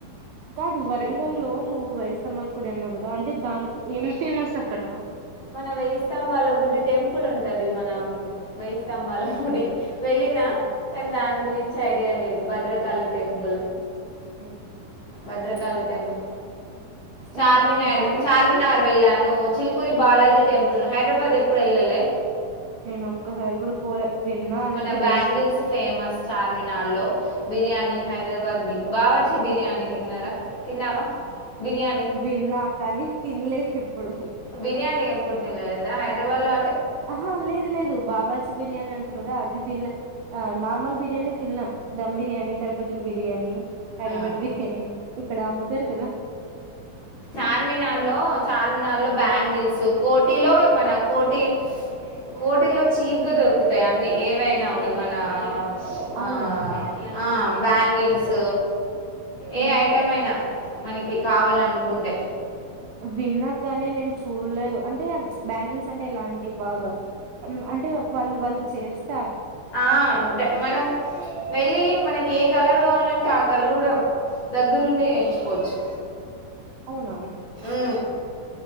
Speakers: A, on the right (about 85°); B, on the left (about 50°).
A: కాదు వరంగలో
B: తిరుపతి
A: నువ్వు వయసు తమ్మల్ కుడి అన్నావ్ కదా అంటే దాంట్లో ఏం ఫేమస్ అక్కడ
B: మన వెయ్యి స్తంభాల గుడి టెంపుల్ ఉంటది మన వెయ్యి స్తంభాల గుడి వెళ్ళినా
A: హ్మ్.
B: కానీ దాని
A: హ్మ్.
B: గురించి ఐడియా లేదు భద్రకాళి టెంపుల్
A: హ
B: భద్రకాళీ టెంపుల్ చార్మినార్
A: ఏమంటారు ఈ బ్యాంగిల్స్
B: చార్మినార్ వెళ్ళాను చిల్కురి బాలాజీ టెంపుల్ హైదరాబాద్ ఎప్పుడు వెళ్ళాలే
A: నేను ఒక్కసారి కూడా పోలే విన్నా అంతే
B: మన బ్యాంగిల్స్
A: జస్ట్
B: ఫేమస్ చార్మినార్ లో బిర్యానీ హైదరాబాద్ బి బావర్చి బిర్యానీ తిన్నారా తిన్నావా బిర్యానీ
A: విన్నా కాని తినలేదు ఎప్పుడు
B: బిర్యానీ ఎప్పుడు తినలేదా హైదరాబాద్ లో
A: ఆహా లేదు లేదు బావర్చి బిర్యానీ అంట అది తిన్లే నార్మల్ బిర్యాణి తిన్న ధమ్ బిర్యానీ తాడిపత్రి బిర్యానీ హైదరాబాద్
B: ఆ.
A: బిర్యానీ ఇక్కడ అమ్ముతారు కదా
B: చ చార్మినార్ లో చార్మినార్ లో బ్యాంగిల్స్ కోటిలో మన కోటి కోటిలో చీప్ గా దొరుకుతాయి అన్ని ఏవైన కూడా మన
A: అవునా?
B: ఆ ఆ బ్యాంగిల్స్
A: హ్మ్.
B: ఏ ఐటెం అయినా మనకి కావాలనుకుంటే
A: విన్నా కానీ నేను చూడలేదు అంటే బ్యాంగిల్స్ అంటే ఇలాంటివి బాగా అంటే వాళ్ళు వాళ్ళు చేస్తారు
B: ఆ మనం వెళ్ళి మనకి ఏ కలర్ కావాలంటే ఆ కలర్ కూడా దగ్గరుండి వేయించుకోవచ్చు
A: అవునా
B: అ